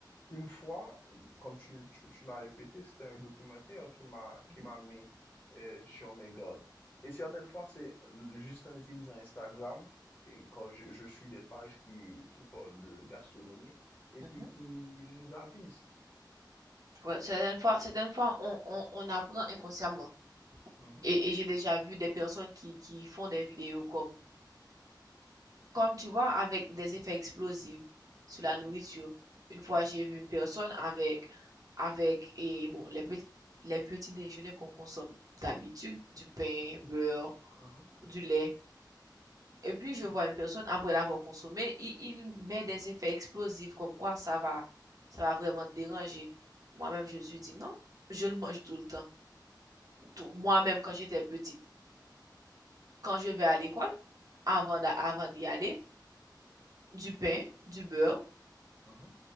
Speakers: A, on the left (about 25°); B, on the right (about 50°).
A: Une fois, comme tu, tu- tu l'as répété, c'était un documentaire qui m'a
B: mhm,
A: qui m'a mis euh, sur mes gardes. Et certaines fois, c'est juste en utilisant Instagram, et quand je, je suis des pages qui, qui parlent de gastronomie, et
B: mhm.
A: puis qui nous avisent.
B: Ouais, certaines fois, certaines fois on, on, on apprend inconsciemment.
A: Mhm,
B: Et, et j'ai déjà vu des personnes qui, qui font des vidéos comme Comme tu vois, avec des effets explosifs sur
A: mhm,
B: la nourriture. Une fois,
A: mhm,
B: j'ai vu une personne avec, avec et bon, les petits, les petits déjeuners qu'on consomme d'habitude, du pain, beurre,
A: mhm,
B: du lait. Et puis,
A: mhm,
B: je vois une personne, après l'avoir consommé, il, il met des effets explosifs, comme quoi ça va, ça va vraiment te déranger. Moi-même, je me suis dit non, je le mange tout le temps. Tout- Moi-même, quand j'étais petite, quand je vais à l'école, avant d'a- avant d'y aller, du pain, du beurre,
A: mhm,